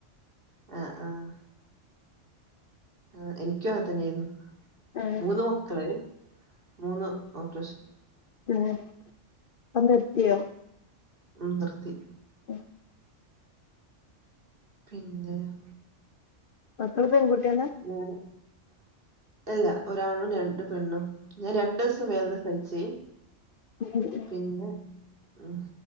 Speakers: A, on the right (about 45°); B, on the left (about 55°).
A: ആഹ് ആഹ് ആഹ് എനിക്ക്യു അങ്ങന് തന്നെന്നു
B: ആഹ്
A: മൂന്ന് മക്കള് മൂന്ന് ഓപ്പറേഷൻ
B: എ പം നിർത്തിയോ?
A: മ് നിർത്തി.
B: <inaudible>
A: പിന്നെയൊ
B: മക്കള് പെൺകുട്ട്യേള
A: <unintelligible> അല്ല ഒരാണും രണ്ട് പെണ്ണും ഞാൻ രണ്ടെസം വേദന സഹിച്
B: <unintelligible>
A: പിന്നെ ഹ്